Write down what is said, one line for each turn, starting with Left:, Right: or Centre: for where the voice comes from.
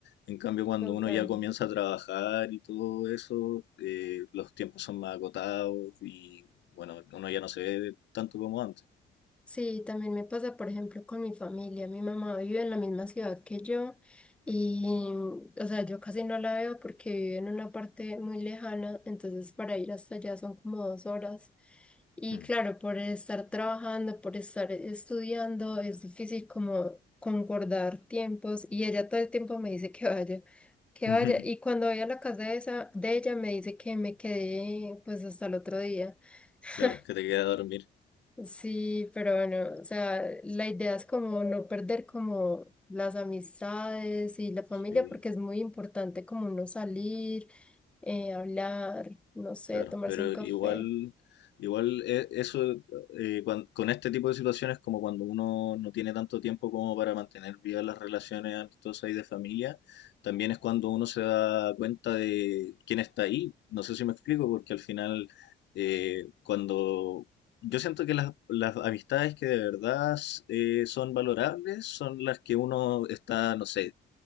Left: En cambio, cuando
Centre: total.
Left: uno ya comienza a trabajar y todo eso, eh, los tiempos son más agotados y bueno, uno ya no se ve tanto como antes.
Centre: Sí, también me pasa, por ejemplo, con mi familia. Mi mamá vive en la misma ciudad que yo y, o sea, yo casi no la veo porque vive en una parte muy lejana, entonces para ir hasta allá son como dos horas. Y
Left: Mm.
Centre: claro, por estar trabajando, por estar estudiando, es difícil como concordar tiempos y ella todo el tiempo me dice que vaya, que
Left: <laughs>
Centre: vaya. Y cuando voy a la casa de esa, de ella me dice que me quedé pues hasta el otro día. <laughs>
Left: Claro, que te queda dormir.
Centre: Sí, pero bueno, o sea, la idea es como no perder como las amistades y la familia,
Left: Sí.
Centre: porque es muy importante como no salir, eh, hablar, no sé,
Left: Claro,
Centre: tomarse
Left: pero
Centre: un café.
Left: igual, igual e- eso eh, cuan- con este tipo de situaciones como cuando uno no tiene tanto tiempo como para mantener vivas las relaciones amistosas y de familia, también es cuando uno se da cuenta de quién está ahí. No sé si me explico, porque al final eh, cuando yo siento que las, las amistades que de verdad eh, son valorables son las que uno está, no sé,